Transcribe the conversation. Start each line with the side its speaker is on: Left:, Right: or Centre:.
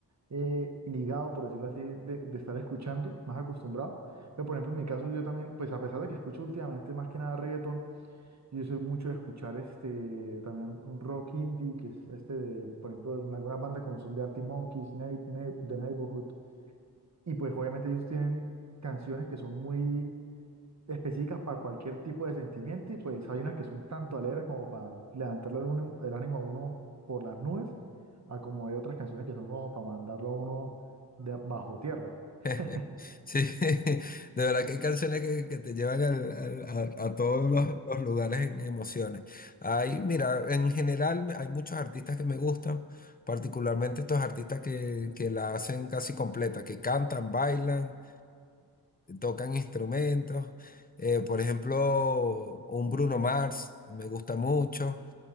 Right: eh, ligado, por decirlo así, de, de estar escuchando, más acostumbrado. Pero por ejemplo, en mi caso yo también, pues a pesar de que escucho últimamente más que nada reggaetón, Yo soy mucho de escuchar este también un rock indie, que es este de, por ejemplo, de algunas bandas como son de Arctic Monkeys, Nei- Nei- The Neighborhood. Y pues obviamente ellos tienen canciones que son muy específicas para cualquier tipo de sentimiento y pues hay unas que son tanto alegres como para levantarle el, uno- el ánimo a uno por las nubes, a como hay otras canciones que son como para mandarlo a uno de bajo tierra. <laughs>
Left: <laughs> Sí, <laughs> de verdad que hay canciones que, que te llevan al- al- a, a todos los, los lugares en emociones. Hay, mira, en general hay muchos artistas que me gustan, particularmente estos artistas que, que la hacen casi completa, que cantan, bailan, tocan instrumentos. Eh, por ejemplo, un Bruno Mars me gusta mucho.